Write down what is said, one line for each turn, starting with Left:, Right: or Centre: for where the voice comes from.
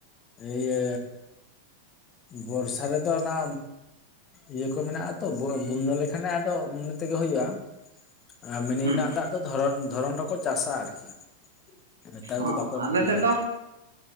Left: ᱤᱭᱟᱹᱼᱼ ᱵᱚᱨᱥᱟ ᱨᱮ ᱫᱚ ᱚᱱᱟᱼᱼ ᱤᱭᱟᱹ ᱠᱚ ᱢᱮᱱᱟᱜᱼᱟ ᱛᱚ ᱵᱚᱱᱱᱟᱹ ᱞᱮᱠᱷᱟᱱᱮ ᱟᱫᱚ ᱢᱚᱱᱮ ᱛᱮᱜᱮ ᱦᱩᱭᱩᱜᱼᱟ ᱟᱨ ᱢᱤᱱᱤ
Right: ᱦᱩᱸ
Left: ᱨᱮᱱᱟᱜ ᱫᱟᱜ ᱫᱷᱚᱨᱚᱱ ᱫᱷᱚᱨᱚᱱ ᱨᱮᱠᱚ ᱪᱟᱥᱟ ᱟᱨᱠᱤᱼᱼ ᱱᱮᱛᱟᱨ
Right: ᱚ
Left: ᱫᱚ ᱵᱟᱠᱚ ᱮᱢᱚᱜ
Right: ᱟᱞᱮ
Left: ᱜᱮᱭᱟ
Right: ᱥᱮᱫ ᱫᱚ
Left: ᱟᱨᱠᱤ